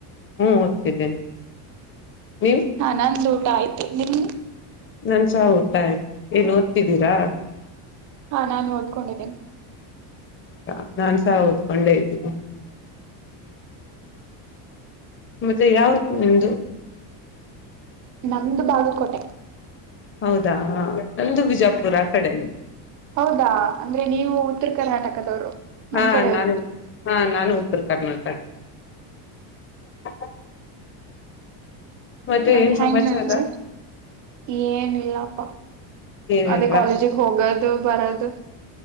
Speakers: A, on the left; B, on the right.
A: ಹ್ಞ ಓದ್ತಿದ್ದೇನೆ ನೀವು
B: ಹಾ ನಂದ್ ಊಟ ಆಯ್ತು ನಿಮ
A: ನನ್ಸ ಊಟ ಆಯ್ತು ಏನ್ ಓದ್ತಿದ್ದೀರಾ
B: ಹಾ ನಾನು ಓದ್ಕೊಂಡಿದ್ದೀನಿ
A: ಹೌದಾ ನಾನ್ಸ ಓದ್ಕೊಂಡೆ ಇದತೀನಿ ಮತ್ತೆ ಯಾವೂ ನಿಮ್ದು
B: ನಮ್ದು ಬಾಗಲಕೋಟೆ
A: ಹೌದಾ ನಂದು ಬಿಜಾಪುರ ಆ ಕಡೆನ
B: ಹೌದಾ ಅಂದ್ರೆ ನೀವು ಉತ್ತರ ಕರ್ನಾಟಕದವ್ರು
A: ಹಾ
B: ನಮ್ ಕಡೆಯವ್ರು
A: ನಾನು ಹಾ ನಾನು ಉತ್ತರ ಕರ್ನಾಟಕ <unintelligible> ಮತ್ತೆ
B: ಮತ್ತ
A: ಏನ್
B: ಹ
A: ಸಮಾಚಾರ
B: ನಸ ಏನಿಲ್ಲಪ್ಪ
A: ಏನಿಲ್ವಾ
B: ಅದೇ ಕಾಲೇಜಿಗೆ ಹೋಗೋದು ಬರದು